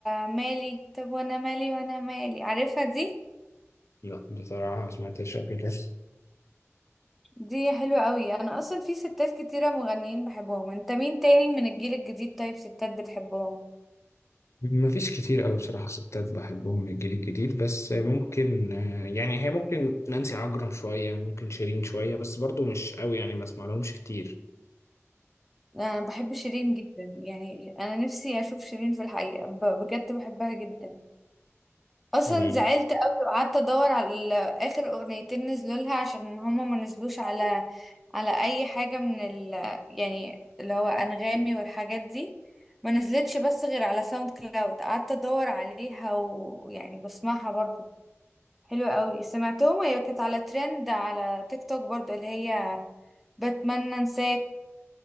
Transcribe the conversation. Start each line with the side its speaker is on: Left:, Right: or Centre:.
Centre: مالي طب وانا مالي وانا مالي عارفها دي
Left: لا بصراحة ما سمعتهاش قبل كده
Centre: دي حلوة قوي انا اصلا في ستات كتيرة مغنيين بحبهم انت مين تاني من الجيل الجديد طيب ستات بتحبهم
Left: مفيش كتير قوي بصراحة ستات بحبهم من الجيل الجديد بس ممكن آه، يعني هي ممكن نانسي عجرم شوية ممكن شيرين شوية بس برضو مش قوي يعني ما اسمع لهمش كتير
Centre: انا بحب شيرين جدا يعني انا نفسي اشوف شيرين في الحقيقة ب- بجد بحبها جدا اصلا
Left: مم.
Centre: زعلت قوي وقعدت ادور على اخر اغنيتين نزلوا لها عشان هما ما نزلوش على على اي حاجة من ال يعني اللي هو انغامي والحاجات دي ما نزلتش بس غير على ساوند كلاود قعدت ادور عليها ويعني بسمعها برضه حلو قوي سمعتهم هي كانت على ترند على تيك توك برضه اللي هي بتمنى انساك